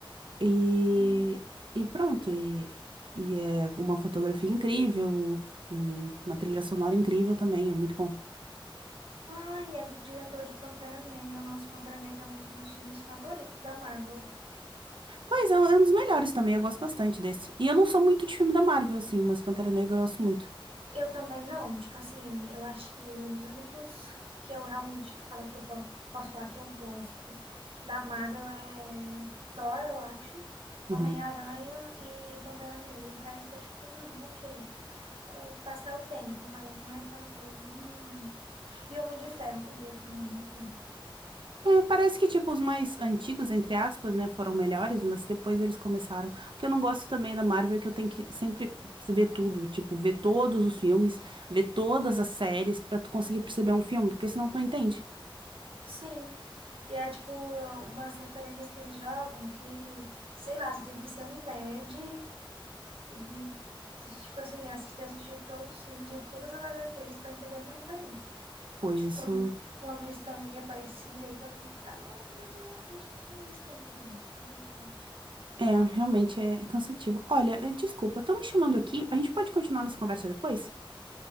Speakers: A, on the right; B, on the right.
A: E,
B: Ai,
A: e pronto, e, e é com uma fotografia incrível, um- uma trilha sonora incrível também, é muito bom.
B: Ai, é do diretor de Pantera Negra. Nossa, Pantera Negra é um dos meus filmes favoritos da Marvel.
A: Pois, é, um é um dos melhores também, eu gosto bastante desse. E eu não sou muito de filme da Marvel, assim, mas Pantera Negra eu gosto muito.
B: Eu também não, tipo assim, eu acho que os únicos que eu realmente falo que eu po- que posso falar que eu gosto da Marvel é Thor, eu acho, Homem-Aranha
A: Aham.
B: e Pantera Negra. O resto é tipo, hum, ok, Ah, passar o tempo, mas não é aquela coisa. hum. E Homem de Ferro, o primeiro também, muito bom.
A: É, parece que, tipo, os mais antigos, entre aspas, né, foram melhores, mas depois eles começaram. O que eu não gosto também da Marvel é que eu tenho que sempre ver tudo, tipo, ver todos os filmes, ver todas as séries pra tu conseguir perceber um filme, porque senão tu não entende.
B: Sim. E é tipo umas referências que eles jogam que, sei lá, você tem que ser um nerd Hum, Tipo assim, assisti, assisti todos os filmes de todas as HQs pra entender uma referência.
A: Pois
B: Tipo,
A: isso
B: quando, quando o Stan Lee aparecia e todo mundo ficava, ah, meu Deus, é tipo, quem é Stan Lee, gente? Pelo amor de Deus.
A: é, realmente é cansativo. Olha, eh, desculpa, estão me chamando aqui, a gente pode continuar nossa conversa depois?